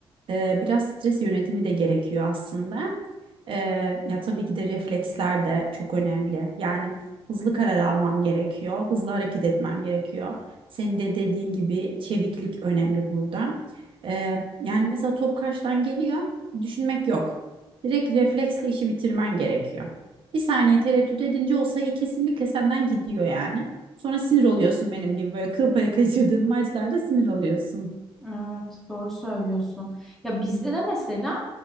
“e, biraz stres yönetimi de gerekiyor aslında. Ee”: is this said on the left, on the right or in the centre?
Right